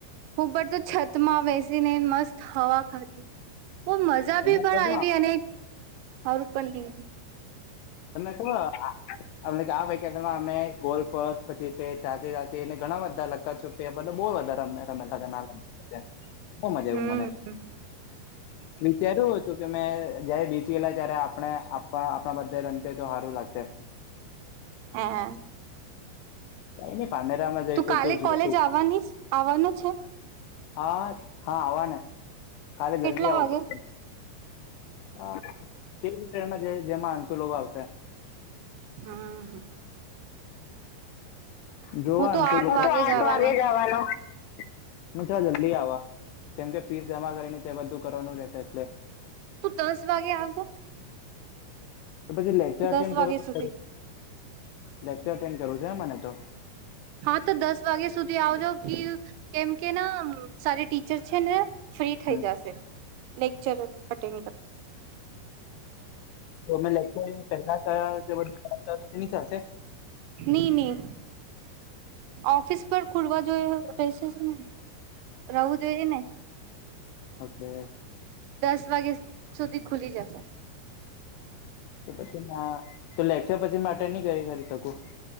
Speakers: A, on the right; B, on the left.
A: ઉપર તો છતમાં બેસી સીને મસ્ત હવા ખાધી. ખૂબ મજા
B: તમે
A: બી પણ
B: ખબર
A: આવી અને સારું પણ થઈ ગયું.
B: તમે ખબર આ વેકેશનમાં અમે ગોલ્ફ પછી ચાચી ચાચીને ઘણા બધા લખત છુપી બહુ બધા રમતા હતા. બહુ મજા
A: હમ
B: આવું મને <inaudible> વિચાર્યું કે મેં જયારે બીજી ગયેલા ત્યારે આપણે આપણા બધા તે તો સારું લાગશે.
A: <unintelligible>
B: કઈ નઈ પારનેરામાં જઈશું
A: તું કાલે
B: તો જોશું
A: કોલેજ આવવાની આવવાનું છે.
B: હા હા આવાના. કાલે જલ્દી
A: કેટલા
B: આવું
A: વાગે?
B: પડશે. હ તે રીતેમાં જે જેમાં અંતુ લોકો આવશે.
A: હા.
B: જોવા
A: હું
B: આઠ
A: તો જવાનો
B: વાગે જવાના. પૂજા જલ્દી આવાનુ કેમ કે ફીસ જમા કરીને તે બધું કરવાનું રહેેશે એટલે.
A: તું દસ વાગે આવજો.
B: પછી લેક્ચર અટેન્ડ
A: દસ
B: કર
A: વાગે
B: પડે
A: સુધી
B: લેક્ચર અટેન્ડ કરવું છે મને તો.
A: હા તો દસ વાગે સુધી તે આવજો કેમ કે ના સારી ટીચર છે ને ફ્રી થઈ
B: હમ.
A: જાશે. લેક્ચર અટેન્ડ કર
B: તો અમે લેક્ચર પહેલા કર્યા તે બધું કરાવતા તો ચટણી ચાલસે.
A: નઈ નઈ ઓફિસ પર ખુલવા જો રહેશેને રહુ જોઈએ ને
B: ઓકે.
A: દસ વાગ્યા સુધી ખુલી જશે.
B: તો પછી લેક્ચર પછી અટેન્ટ નહી કરી કરી શકું.